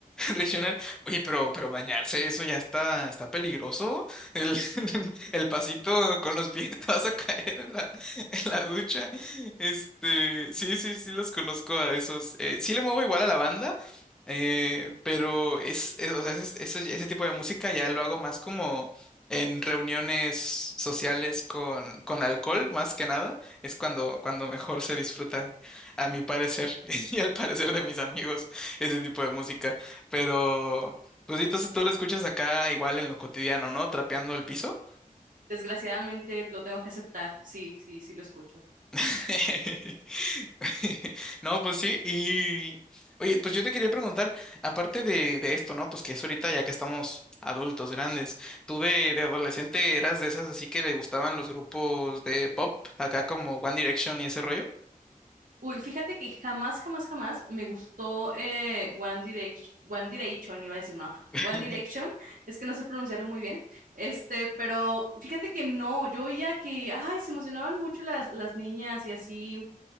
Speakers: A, in the centre; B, on the right (about 70°).
A: regional. Oye, pero, pero bañarse, eso ya está, está peligroso. El, <laughs> el pasito con los pies te vas a caer en la, en la ducha. Este, sí, sí, sí los conozco a esos. Eh, sí le muevo igual a la banda, eh, pero es, es- o sea, es- es- ese tipo de música ya lo hago más como en reuniones sociales con, con alcohol, más que nada. Es cuando, cuando mejor se disfruta, a mi parecer, <laughs> y al parecer de mis amigos, ese tipo de música. Pero, pues sí, entonces tú lo escuchas acá igual en lo cotidiano, ¿no? Trapeando el piso.
B: Desgraciadamente lo tengo que aceptar. Sí, sí, sí lo escucho.
A: <laughs> No, pues sí, y oye, pues yo te quería preguntar, aparte de, de esto, ¿no? Pues que es ahorita ya que estamos adultos, grandes, ¿tú de, de adolescente eras de esas así que le gustaban los grupos de pop, acá como One Direction y ese rollo?
B: Uy, fíjate que jamás, jamás, jamás me gustó eh, One Direction, One Direction, iba a decir, no,
A: <laughs>
B: One Direction, es que no sé pronunciarlo muy bien, este, pero fíjate que no, yo oía que, ay, se emocionaban mucho las, las niñas y así,